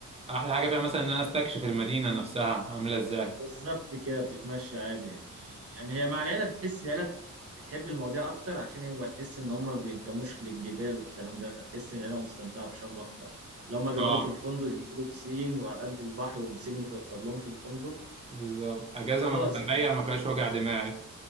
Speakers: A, on the right; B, on the right.
A: احلى حاجه فيها مثلا ان انا استكشف المدينه نفسها عامله ازاي
B: بالظبط كده بتتمشى عادي يعني يعني هي مع العيلة بتحس العيلة بتت... بتحب المواضيع أكتر عشان هو تحس إن هم ما بينتموش للجبال والكلام ده فتحس إن العيلة مستمتعة بشرم أكتر اللي هم بيقعدوا
A: اه
B: في الفندق ينزلوا بسين وعلى قد البحر والبسين المتوفر لهم في الفندق
A: بالظبط اجازه
B: خلاص
A: ما-
B: يعني،
A: رايقه ما فيهاش وجع دماغ